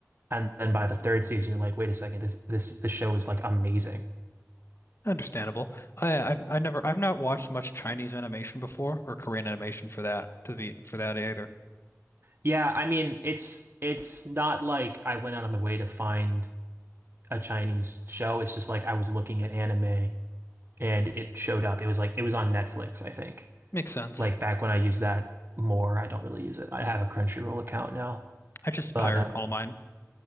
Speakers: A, on the right (about 45°); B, on the left (about 50°).
A: And then by the third season, you're like, wait a second, this this the show is like amazing.
B: Understandable. I I've, I never I've not watched much Chinese animation before or Korean animation for that to be for that either.
A: Yeah, I mean, it's it's not like I went out of my way to find a Chinese show. It's just like I was looking at anime and it showed up. It was like it was on Netflix, I think.
B: Makes sense.
A: Like back when I used that more, I don't really use it. I have a Crunchyroll account now,
B: I just
A: but
B: pirate
A: um,
B: all mine.